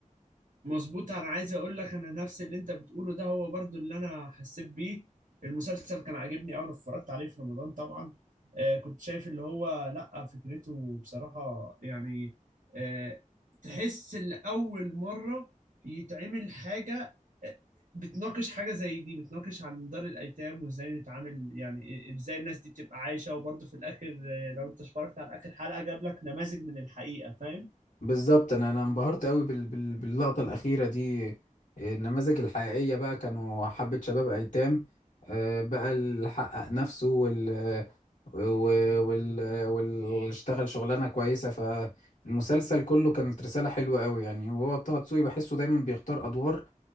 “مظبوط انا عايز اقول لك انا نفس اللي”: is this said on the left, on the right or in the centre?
Right